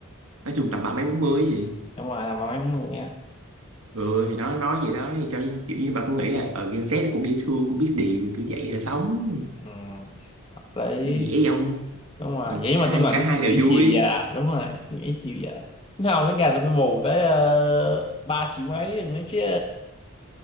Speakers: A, on the right (about 70°); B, on the left (about 25°).
A: nói chung tầm ba mấy bốn mươi gì
B: đúng rồi là mấy mười á
A: ừ thì nó nói gì đó thì cho kiểu như bà cũng nghĩ là ở Gen Z nó cũng dễ thương cũng biết điều kiểu vậy là sống
B: ừ, hợp lý
A: dễ dòng
B: đúng rồi vậy
A: hai
B: mà tôi ngồi
A: cả
B: tôi suy
A: hai
B: nghĩ
A: đều
B: chiều
A: vui
B: già đúng rồi suy nghĩ chiều già thế không đến gà tôi phải bù tới ờ, ba triệu mấy nữa chứ